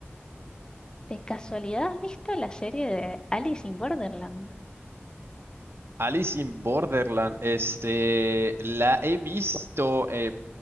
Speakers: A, on the left (about 20°); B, on the right (about 65°).
A: ¿De casualidad has visto la serie de Alice in Borderland?
B: Alice in Borderland, este, la he visto, eh,